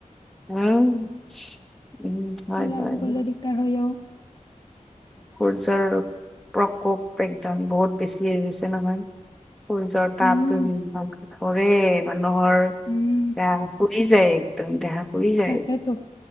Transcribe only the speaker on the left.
ক'লা
হৈ গ'লে
দিগদাৰ হৈ যাব।
উম
উম
তাকেতো